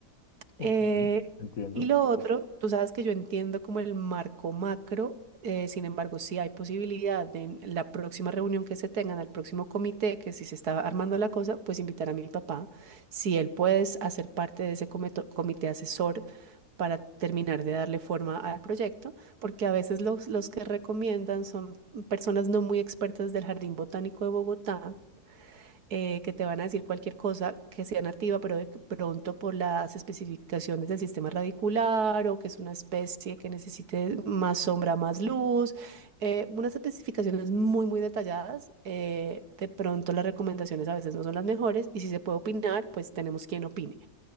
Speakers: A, on the left; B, on the right.
A: Ok,
B: Eh,
A: te entiendo.
B: y lo otro, tú sabes que yo entiendo como el marco macro, eh, sin embargo, si hay posibilidad de en la próxima reunión que se tengan, al próximo comité, que si se está armando la cosa, pues invitar a mi papá, si él puede hacer parte de ese cometo- comité asesor para terminar de darle forma al proyecto, porque a veces los, los que recomiendan son personas no muy expertas del Jardín Botánico de Bogotá eh, que te van a decir cualquier cosa que sea nativa, pero de pronto por las especificaciones del sistema radicular o que es una especie que necesite más sombra, más luz, eh, unas especificaciones muy, muy detalladas. eh, de pronto las recomendaciones a veces no son las mejores y si se puede opinar, pues tenemos quien opine.